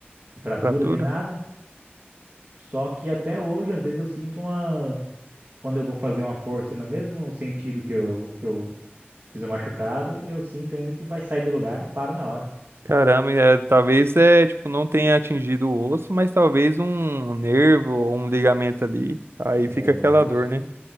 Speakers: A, on the right; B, on the right.
A: de fraturas
B: Fratura?
A: nem nada. Só que até hoje, às vezes, eu sinto uma. Quando eu vou fazer uma força no mesmo sentido que eu, que eu fiz o machucado, eu sinto ainda que vai sair do lugar e paro na hora.
B: Caramba, é, talvez, é, tipo, não tenha atingido o osso, mas talvez um nervo ou um ligamento ali. Aí
A: É,
B: fica
A: o
B: aquela
A: músculo.
B: dor, né?